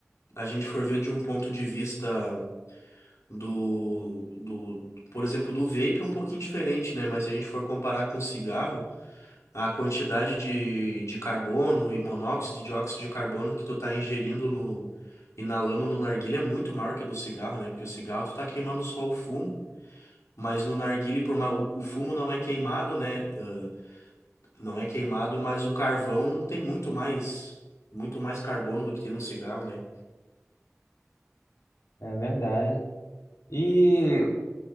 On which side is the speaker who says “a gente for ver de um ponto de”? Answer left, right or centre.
Left